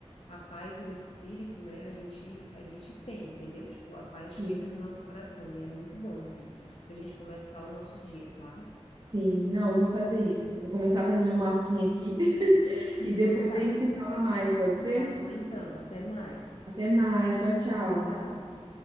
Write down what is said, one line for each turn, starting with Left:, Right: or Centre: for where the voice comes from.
Left: a paz no espírito, né? A gente, a gente tem, entendeu? Tipo, a paz chega
Right: Sim.
Left: no nosso coração e é muito bom, assim, pra gente começar o nosso dia, sabe?
Right: Sim, não, eu vou fazer isso. Vou começar a fazer meu mapinha aqui <laughs>
Left: Então
Right: e depois
Left: tá.
Right: a gente se fala mais, pode ser?
Left: Tá bom, então. Até mais.
Right: Até mais, tchau, tchau.
Left: Tchau.